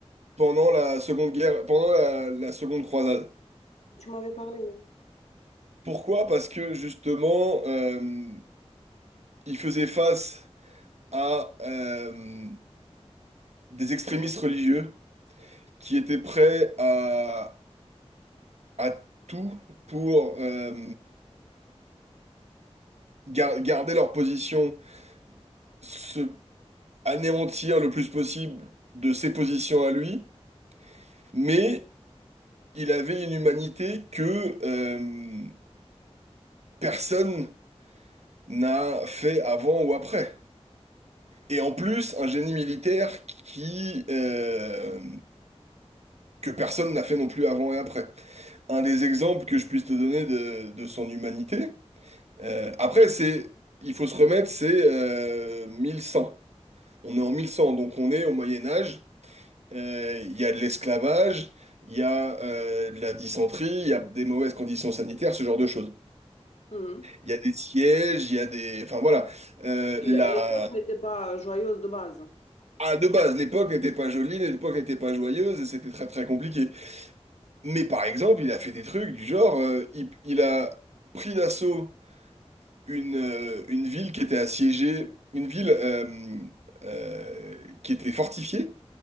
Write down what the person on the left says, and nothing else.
Tu m'avais parlé, oui.
Mhm.
L-
L'époque n'était pas joyeuse de base.